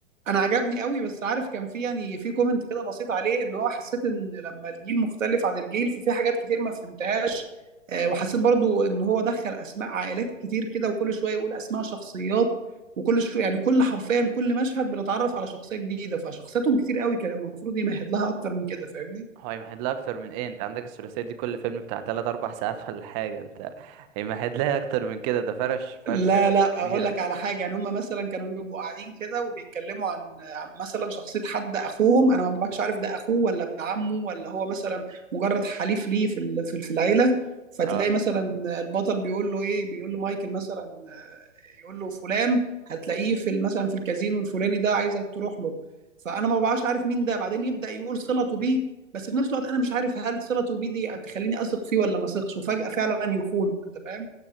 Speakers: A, on the right; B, on the right.
A: انا عجبني قوي بس عارف كان في يعني في كومنت كده بسيط عليه ان هو حسيت ان لما الجيل مختلف عن الجيل ففي حاجات كتير ما فهمتهاش آه، وحسيت برضو ان هو دخل اسماء عائلات كتير كده وكل شويه يقول اسماء شخصيات وكل شويه يعني كل حرفيا كل مشهد بنتعرف على شخصيه جديده فشخصياتهم كتير قوي كان المفروض يمهد لها اكتر من كده فاهمني
B: هو هيمهد لها اكتر من ايه انت عندك الثلاثيه دي كل فيلم بتاع 3 4 ساعات ولا حاجه انت هيمهد لها اكتر من كده ده فرش فرشه
A: لا لا
B: كبيره
A: اقول لك على حاجه يعني هم مثلا كانوا بيبقوا قاعدين كده وبيتكلموا عن عن مثلا شخصيه حد اخوهم انا ما ببقاش عارف ده اخوه ولا ابن عمه ولا هو مثلا مجرد حليف ليه في ال- في في العيله فتلاقي
B: اه
A: مثلا البطل بيقول له ايه بيقول له مايكل مثلا آه، يقول له فلان هتلاقيه في ال- مثلا في الكازينو الفلاني ده عايزك تروح له فانا ما ببقاش عارف مين ده بعدين يبدا يقول صلته بيه بس في نفس الوقت انا مش عارف هل صلته بيه دي هتخليني اثق فيه ولا ما اثقش وفجاه فعلا يخون انت فاهم